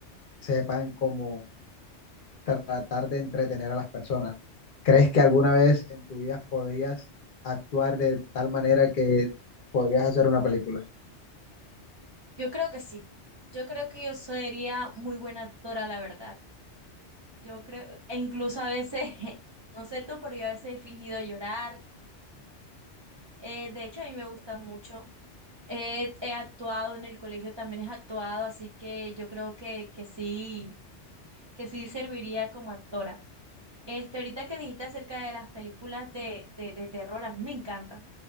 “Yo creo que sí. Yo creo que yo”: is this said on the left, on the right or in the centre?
Right